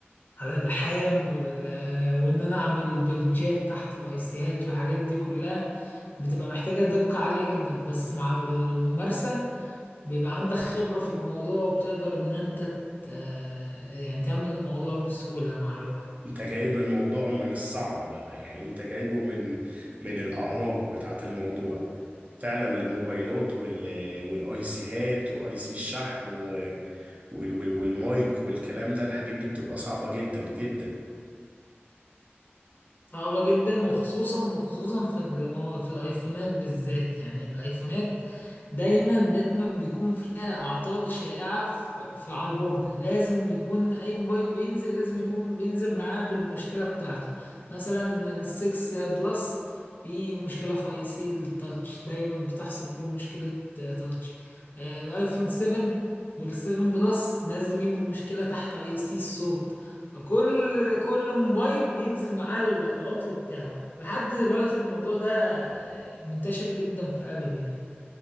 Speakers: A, on the left (about 50°); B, on the right (about 35°).
A: على اللحام وال... وان انا اعمل بلجات تحت الايسيهات والحاجات دي كلها بتبقى محتاجة دقة عالية جدا بس مع الممارسة بيبقى عندك خبرة في الموضوع وبتقدر ان انت ت- آه، يعني تعمل الموضوع بسهولة مع الوقت
B: انت جايب الموضوع من الصعب بقى يعني انت جايبه من من الاعماق بتاعة الموضوع فعلا الموبايلات وال... والايسيهات واي سي الشحن و... وال... وال... والمايك والكلام ده الحاجات دي بتبقى صعبة جدا جدا
A: صعبة جدا وخصوصا خصوصا في المو... في الايفونات بالذات يعني الايفونات دايما دايما بيكون فيها اعطال شائعة في في- على البوردة لازم يكون اي موبايل بينزل لازم يكون بينزل معاه بالمشكلة بتاعته مثلا السكس بلس في مشكلة في اي سي التاتش دايما بتحصل فيه مشكلة آه، تاتش آه، الايفون 7 والسيفن بلس نازلين بمشكلة تحت اي سي الصوت كل كل موبايل بينزل معاه العطل بتاعه لحد دلوقتي الموضوع ده آه، منتشر جدا في ابل يعني